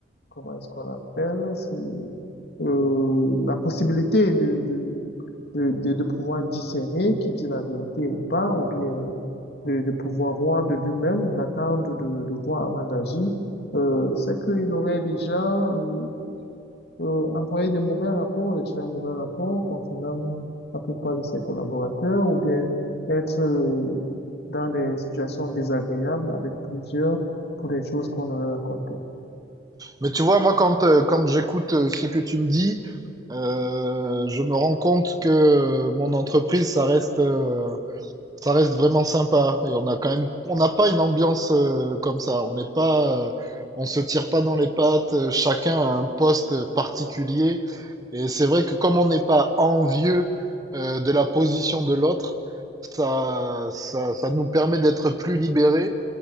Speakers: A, on the left; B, on the right.
A: comment est-ce qu'on appelle, c'est, euh, la possibilité de, de, de, de, de pouvoir discerner qui dit la vérité ou pas, ou bien de, de pouvoir voir de lui-même, d'attendre de, de voir avant d'agir, euh, c'est qu'il aurait déjà euh, euh, envoyer des mauvais rapports, de très mauvais rapports concernant la plupart de ses collaborateurs, ou bien être euh, dans des situations désagréables avec plusieurs pour des choses qu'on aurait racontées.
B: Mais tu vois, moi, quand, euh, quand j'écoute euh, ce que tu me dis, euh, je me rends compte que euh, mon entreprise, ça reste. euh, Ça reste vraiment sympa et on a quand même, on n'a pas une ambiance euh, comme ça. On n'est pas, euh, on se tire pas dans les pattes. euh, Chacun a un poste particulier et c'est vrai que comme on n'est pas envieux euh, de la position de l'autre, ça, ça, ça nous permet d'être plus libérés